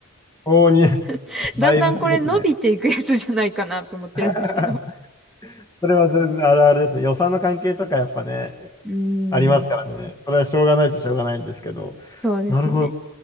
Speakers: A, on the left (about 15°); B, in the centre.
A: おーに、<laughs>
B: <laughs>
A: だいぶ先ですね。
B: だんだんこれ伸びていくやつじゃないかなと思ってるんですけど。
A: <laughs> それは全然あるあるですね。予算の関係とかやっぱね、
B: うー
A: ありますからね。
B: ん。
A: それはしょうがないっちゃしょうがないんですけど。
B: そうですね。
A: なるほど。